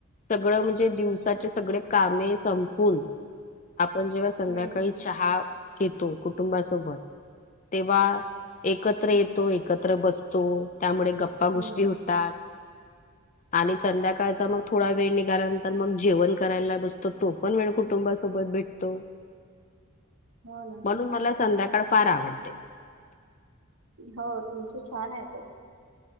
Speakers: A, on the left; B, on the right.
A: सगळं म्हणजे दिवसाचे सगळे कामे संपून, आपण जेव्हा संध्याकाळी
B: हम्म
A: चहा घेतो, कुटुंबासोबत तेव्हा एकत्र येतो, एकत्र बसतो, त्यामुळे गप्पा गोष्टी
B: हम्म.
A: होतात,
B: <inaudible>
A: आणि संध्याकाळचा मग थोडा वेळ निघाल्यानंतर मग जेवण करायला बसतो तो. पण वेळ कुटुंबासोबत भेटतो,
B: हो ना.
A: म्हणून मला संध्याकाळ फार आवडते.
B: हो, तुमचं छान आहे ताई.